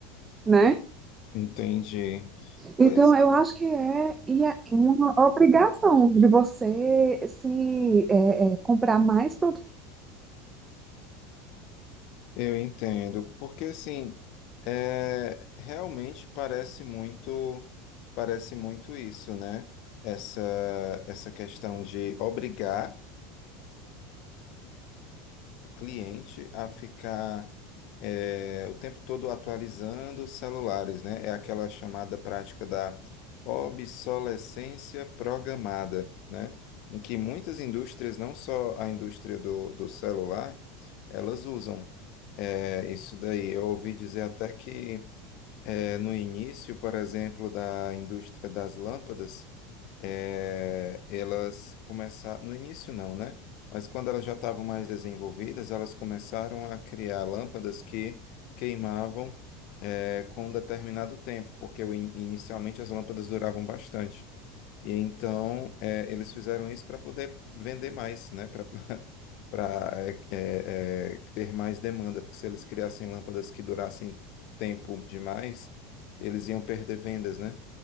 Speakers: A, on the right (about 20°); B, on the left (about 60°).
A: né?
B: Entendi. Pois
A: Então, eu acho que é, e é uma obrigação de você se é, é, comprar mais produtos.
B: eu entendo, porque assim, é, realmente parece muito, parece muito isso, né? Essa, essa questão de obrigar o cliente a ficar eh, o tempo todo atualizando os celulares, né? É aquela chamada prática da obsolescência programada, né? Em que muitas indústrias, não só a indústria do, do celular, elas usam. É, isso daí, eu ouvi dizer até que é, No início, por exemplo, da indústria das lâmpadas, eh, elas começaram. No início, não, né? Mas quando elas já estavam mais desenvolvidas, elas começaram a criar lâmpadas que queimavam, eh, com um determinado tempo, porque o in- inicialmente as lâmpadas duravam bastante. E então, eh, eles fizeram isso para poder vender mais, né? Pra- <laughs> para é, é, é, ter mais demanda, porque se eles criassem lâmpadas que durassem tempo demais, eles iam perder vendas, né?